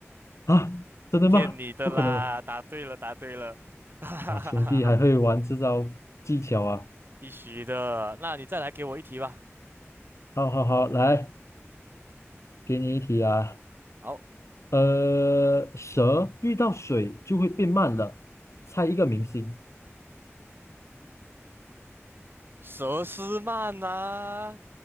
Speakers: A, on the left; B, on the right.
A: 啊，真的吗？
B: 骗你的啦！
A: 不可能吧！
B: 答对了，答对了，<laughs> 哈哈哈哈哈，
A: 哇，兄弟还会玩这招技巧啊！
B: 必须的。那你再来给我一题吧。
A: 好好好，来，给你一题啊。
B: 好，
A: 呃，蛇遇到水就会变慢了，猜一个明星。
B: 佘诗曼呐、